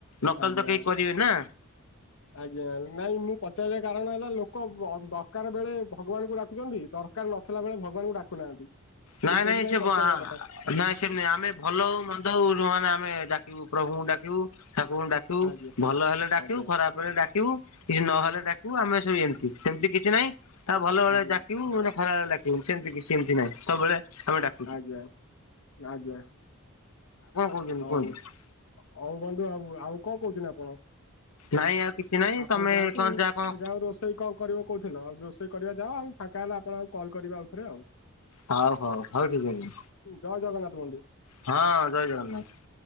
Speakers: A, on the left; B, on the left.
A: ନକଲେ
B: ଆଜ୍ଞା
A: ତ କେହି କରିବେନି ନା।
B: ଆଜ୍ଞା ନାଇଁ ମୁଁ ପଚାରି କାରଣ ହେଲା ଲୋକ ଦରକାର ବେଳେ ଭଗବାନଙ୍କୁ ଡାକୁଛନ୍ତି ଦରକାର ନଥିଲା ବେଳେ ଭଗବାନଙ୍କୁ ଡାକୁନାହାନ୍ତି।
A: ନାଇଁ
B: ମୁଁ ସେଇଥିପାଇଁ
A: ନାଇଁ ସେ
B: ପଚାରିବା କଥା।
A: ନାଇଁ ସେମି ଆମେ ଭଲ ହଉ ମନ୍ଦ ହଉ ଯଉ ମାନେ ଆମେ ଡାକିବୁ ପ୍ରଭୁଙ୍କୁ ଡାକିବୁ ଠାକୁରଙ୍କୁ ଡାକି
B: ଆଜ୍ଞା
A: ଭଲ ହେଲେ ଡାକିବୁ
B: ଆଜ୍ଞା
A: ଖରାପ ହେଲେ ଡାକିବୁ କିଛି ନହେଲେ ଡାକିବୁ ଆମେ ସବୁ ଏମିତି ସେମତି କିଛି କିଛି ନାହିଁ ଆଉ ଭଲ ବେଳେ
B: ଆଜ୍ଞା
A: ଡାକିବୁ ନା ଖରାବେଳେ ଡାକିବୁ ସେମିତି କିଛି ସେମିତି ନାହିଁ ସବୁବେଳେ ଆମେ ଡାକୁ। ହଁ ଆଉ କଣ
B: ଆଜ୍ଞା ଆଜ୍ଞା
A: କହୁଛନ୍ତି
B: ହଉ
A: କୁହନ୍ତୁ?
B: ହଉ ବନ୍ଧୁ ଆଉ। ଆଉ କଣ କହୁଛନ୍ତି ଆପଣ?
A: ନାଇଁ ଆଉ କିଛି ନାହିଁ
B: ଆପଣ
A: ତମେ
B: ଯାଆନ୍ତୁ
A: କଣ ଯାହା କଣ
B: ଯ ଆଉ ରୋଷେଇ କ କରିବ କହୁଥିଲ ଆଉ ରୋଷେଇ କରିବା ଯା ଆଉ ଫାଙ୍କା ହେଲେ ଆପଣ ଆଉ କଲ କରିବା ଆଉଥରେ ଆଉ।
A: ହଉ ହଉ ହଉ ଠିକ୍ ଅଛି।
B: ଜୟ ଜଗନ୍ନାଥ ବନ୍ଧୁ।
A: ହଁ ଜୟ ଜଗନ୍ନାଥ।